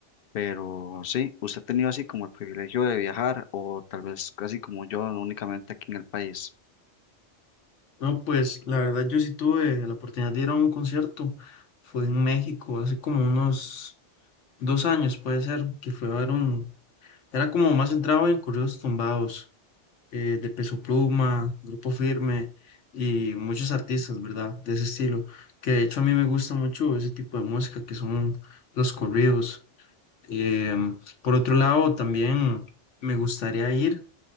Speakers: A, on the left (about 55°); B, on the left (about 85°).
A: pero sí, ¿usted ha tenido así como el privilegio de viajar o tal vez casi como yo, únicamente aquí en el país?
B: No, pues la verdad yo sí tuve la oportunidad de ir a un concierto. Fue en México hace como unos dos años, puede ser, que fue a ver un... Era como más centrado en corridos tumbados, eh, de Peso Pluma, Grupo Firme y muchos artistas, ¿verdad? De ese estilo. Que de hecho a mí me gusta mucho ese tipo de música que son los corridos. Em, por otro lado, también me gustaría ir